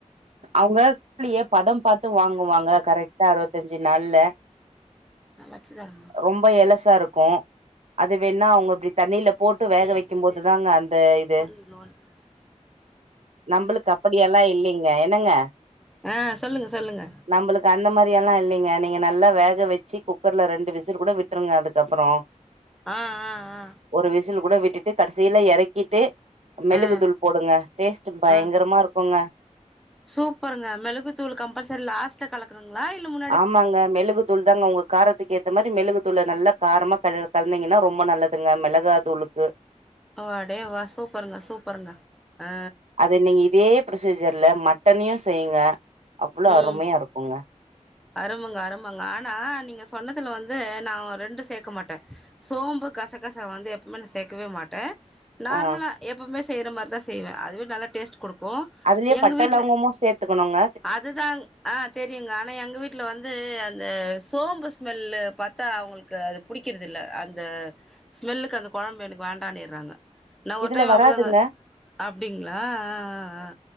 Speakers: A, on the right (about 60°); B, in the centre.
A: அவுங்க கோழிய பதம் பாத்து வாங்குவாங்க கரெக்டா அறுவத்துஞ்சு நாள்ல
B: சமச்சு தரணு
A: ரொம்ப எலசாருக்கு அது வேண்ணா அவுங்க அப்டி தண்ணில போட்டு வேக
B: ம்
A: வைக்கு போது தாங்க அந்த இது
B: <unintelligible>
A: நம்பளுக்கு அப்டியெல்லா இல்லைங்க என்னங்க
B: ஆ சொல்லுங்க சொல்லுங்க
A: நம்பளுக்கு அந்த மாரி எல்லா இல்லைங்க நீங்க நல்லா வேக வச்சு குக்கர்ல ரெண்டு விசில் கூட விட்டுருங்க அதுக்கப்றோ
B: ஆ ஆ ஆ
A: ஒரு விசில் கூட விட்டுட்டு கடைசியிலா எறக்கிட்டு மெழுகு
B: ஆ
A: தூள் போடுங்க டேஸ்ட் பயங்கரமா
B: ஆ
A: இருக்குங்க
B: சூப்பருங்க மிளகு தூள் கம்பல்சரி லாஸ்ட்ல கலக்கணுங்களா இல்ல மு
A: ஆமாங்க மெலுகு தூள் தாங்க உங்க காரத்துக்கு ஏத்த மாரி மெழுகு தூள் நல்லா காரமா க கலந்தீங்கன்னா ரொம்ப நல்லதுங்க மிளகா தூழுக்கு
B: வா டோ வா சூப்பருங்க சூப்பருங்க ஆ
A: இத நீங்க இதே ப்ரொசீஜர்ல மட்டனையு செய்யுங்க அவ்ளோ
B: ம்
A: அருமையா இருக்குங்க
B: அருமங்க அருமங்க ஆனா நீங்க சொன்னதுல வந்து நா ரெண்டு சேக்க மாட்ட சோம்பு கசகச வந்து எப்பவுமே நா சேக்கவே மாட்டே நார்மலா
A: ஆ
B: எப்வுமே செய்யற மாரிதா செய்வே அதுவே நல்லா டேஸ்ட் குடுக்கு
A: அதுலயே
B: எங்க
A: பட்ட
B: வீட்ல
A: லவங்கமு சேர்த்துக்கணுங்க
B: அதுதாங் ஆ தெரியுங்க ஆனா எங்க வீட்ல வந்து அந்த சோம்பு ஸ்மெல்லு பாரத்தா அவுங்களுக் கு அது புடிக்கறத இல்ல அந்த ஸ்மெல்லுக்கு அந்த கொழம்பு எனக்கு வேண்டானுறாங்க நா ஒரு
A: இதுல
B: டைம்
A: வராதுங்க
B: அப்டிதாங்க அப்டிங்களா ஆ ஆ ஆ